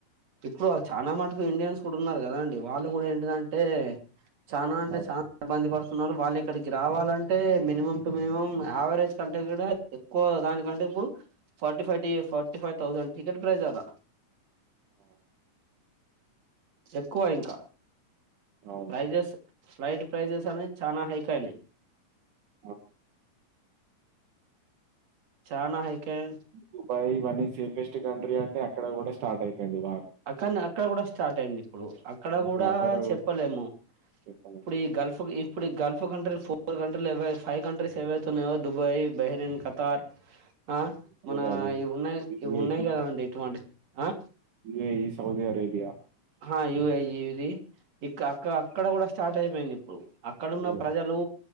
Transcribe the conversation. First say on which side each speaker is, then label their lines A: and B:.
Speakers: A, on the right; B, on the right.
A: ఇప్పుడు వాళ్ళు చాలా మటుకు ఇండియన్స్ కూడా ఉన్నారు కదాండి వాళ్ళు కూడా ఏంటిదంటే చాలా అంటే
B: అవును
A: చాలా ఇబ్బంది పడుతున్నారు వాళ్ళు ఇక్కడికి రావాలంటే మినిమం టు మినిమం యావరేజ్ కంటే కూడా ఎక్కువ దానికంటే ఇప్పుడు ఫార్టీ ఫైవ్ టి forty five thousand ticket price ఆడ
B: అవ్
A: ఎక్కువ ఇంకా
B: అవును
A: ప్రైజెస్ ఫ్లైట్ ప్రైజెస్ అనీ చాల హైక్ అయినాయి
B: ఆ
A: చానా హైక్ అయి
B: దుబాయ్ ఇవి అన్ని సేఫెస్ట్ కంట్రీ అంటే అక్కడ కూడా స్టార్ట్ అయిపోయింది వా
A: అక్కడ అక్కడ కూడా స్టార్ట్ అయింది ఇప్పుడు అక్కడ
B: ఇప్పుడు
A: కూడా
B: అందరూ
A: చెప్పలేము
B: చెప్పాలి
A: ఇప్పుడు ఈ గల్ఫ్ ఇప్పుడు ఈ గల్ఫ్ కంట్రీలు ఫోర్ కంట్రీలువై ఫైవ్ కంట్రీస్ ఏవైతున్నాయో దుబాయ్ బెహరన్ కతార్ ఆ
B: అబుదాబి
A: మన ఇవి ఉన్నాయి
B: యుఏ
A: ఇవి ఉన్నాయి కదా అండి ఎటువంటి ఆ
B: ఇ ఈ సౌది అరేబి
A: ఆ యయుఐజి ఇది ఇక్క అక్క అక్కడ కూడా స్టార్ట్ అయిపోయింది ఇప్పుడు అక్కడున్న
B: అదే
A: ప్రజలు